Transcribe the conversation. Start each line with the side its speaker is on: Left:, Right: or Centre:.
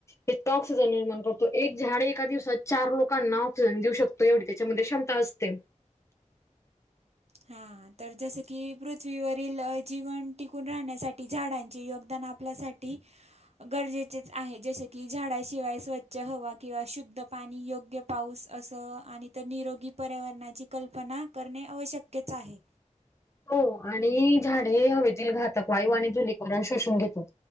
Left: इतकं ऑक्सिजन निर्माण करतो, एक झाडं एका दिवसात चार लोकांना ऑक्सिजन देऊ शक एवढी तेच्यामध्ये क्षमता असते.
Right: हा तर जसं की पृथ्वीवरील जीवन टिकून राहण्यासाठी झाडांचे योगदान आप आपल्यासाठी गरजेचेच आहे जसें की झाडाशिवाय स्वच्छ हवा किंवा शुद्ध पाणी योग्य पाऊस असं आणि तर निरोगी पर्यावरणाची कल्पना करणे आवश्यक्यच आहे.
Left: हो आणि झाडे हवेतील घातक वायू आणि धुलीकरण शोषून घेतात.